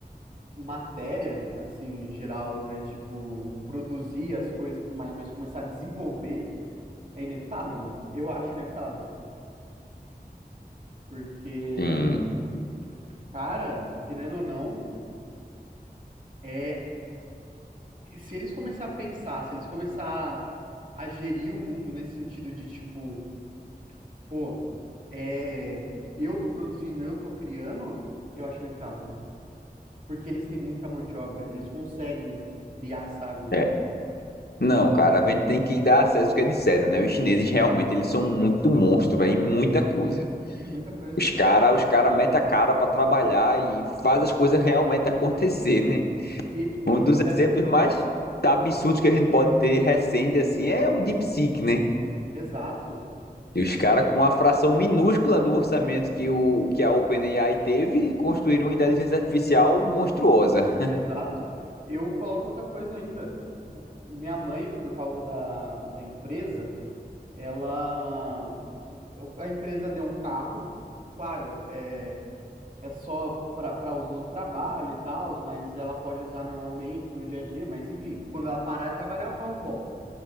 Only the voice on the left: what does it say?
Sim,
é. Não,
cara, a gente tem que dar a César o que é de César, né? Os chineses realmente, eles são muito monstro, velho, em muita coisa.
Os caras, os cara metem a cara pra trabalhar e faz as coisas realmente acontecer, né?
Um
dos
exemplos mais absurdos que a gente pode ter recente assim é o DeepSeek, né?
E os caras com a fração minúscula do orçamento que, o, que a OpenAI teve construíram uma inteligência artificial monstruosa.